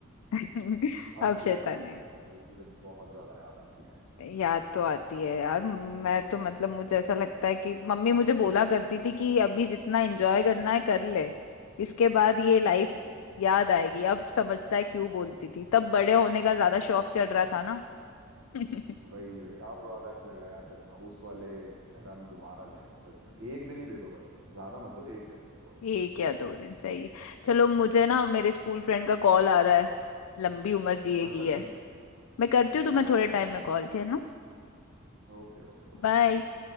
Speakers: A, on the left; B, on the right.
A: <laughs>
B: अब
A: अब
B: लेकिन
A: शैतानी
B: अब सच में वो चीजें बहुत ज्यादा याद आती हैं
A: याद तो आती है यार मैं तो मतलब मुझे ऐसा लगता है कि मम्मी मुझे बोला करती थी कि अभी जितना एंजॉय करना है कर ले इसके बाद ये लाइफ
B: वही
A: याद आएगी अब समझता है क्यों बोलती थी तब बड़े होने का ज्यादा शौक
B: सच में
A: चढ़
B: यार
A: रहा था ना <laughs>
B: वही वही अब अब ऐसा लग रहा है यार सच में उस वाले एरा में दोबारा ले जाओ सच में एक दिन ही दे दो बस ज्यादा मत दो एक दिन दे दो बस
A: एक या दो दिन सही है चलो मुझे
B: सच
A: ना
B: में।
A: मेरे स्कूल फ्रेंड का कॉल आ रहा है लंबी उम्र जिएगी
B: अच्छा
A: है
B: ठीक है ठीक है
A: मैं करती हूँ तुम्हें
B: कर
A: थोड़े
B: लो
A: टाइम
B: आप बात
A: में कॉल थे ना
B: Okay okay bye
A: बाय
B: bye